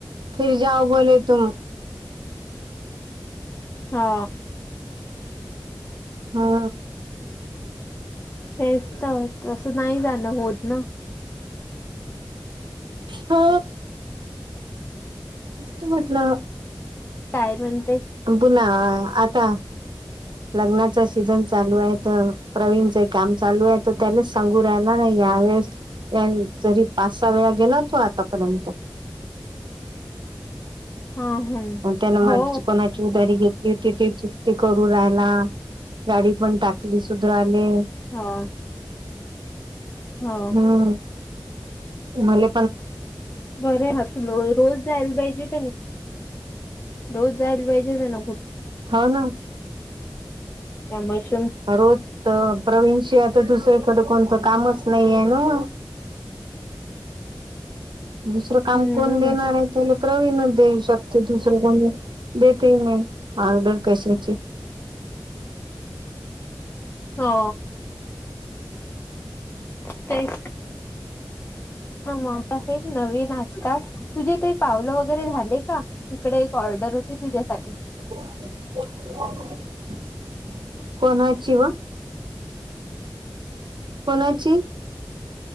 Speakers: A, on the right (about 85°); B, on the left (about 25°).
A: फिर जाओ बोले तुम
B: हा.
A: हा.
B: तेच तर तसं नाही जाणं होत ना
A: हा कस म्हटलं
B: काय म्हण
A: पुन्हा आता लग्नाच सीझन चालू आहे तर प्रवीणच काम चालू आहे तर त्याच सांगू राहाला नाही त्यावेेळेस जरी पाच सहा वेळा गेला तो आतापर्यंत
B: <inaudible> हम्
A: मंतना मच
B: हो
A: कोणा च उदारी घेत त तिथे चुकती करू राहाला गाडी पण टाकली सुधारले
B: हो हो
A: हम्म मला
B: बरे हर्षल <unintelligible> रोज जायला पाहिजे, त्यानी रोज जायला पाहिजे त्यान.
A: हाव ना,
B: त्या म्हश
A: तर रोज तर प्रवीणशी आता दुसर्याकडे कोणतं कामच नाहीये ना, दुसरं
B: हम्म
A: काम कोण देणार आहे त्याला प्रवीणच देऊ शकते दुसरं कोण देत नाही ऑर्डर कशी
B: हो. तेच ह मझ हे नवीन आजकाल तुझे ते पावलं वगैरे झाले का इकडे र्डर होती तुझ्यासाठी
A: ह <unintelligible> कोणाची व पणाची